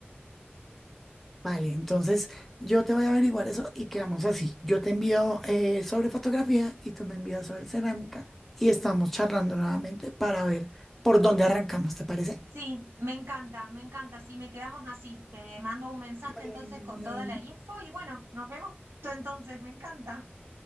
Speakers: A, in the centre; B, on the right (about 90°).
A: Vale, entonces yo te voy a averiguar eso y quedamos así. Yo te envío eh, sobre fotografía y tú me envías sobre cerámica y estamos charlando nuevamente para ver por dónde arrancamos, ¿te parece?
B: Sí, me encanta, me encanta. Sí, me quedamos así. Te mando un mensaje
A: Bueno,
B: entonces con
A: mi
B: toda
A: Dani,
B: la info y bueno, nos vemos pronto entonces, me encanta.